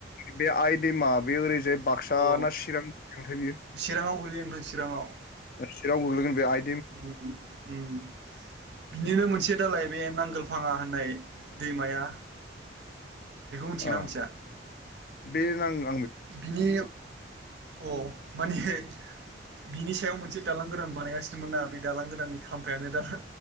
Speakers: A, on the left; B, on the right.
A: बे आइदैमा बे ओरैजाय बाक्सा
B: औ
A: ना चिरांथाय बियो
B: चिराङाव गोलैयो नोंथां चिराङाव
A: चिरां गोग्लैगोन बे आइ
B: उम उम उम बिनिनो मोनसे दालाय बे नांगोलफाङा होननाय दैमाया <inaudible> मिथिगोना
A: अ
B: मिथिया
A: बे नांगो
B: बिनि अ माने बिनि सायाव मोनसे दालां गोदान बानायगासिनोमोन ना बे दालां गोदाननि खाम्फायानो दा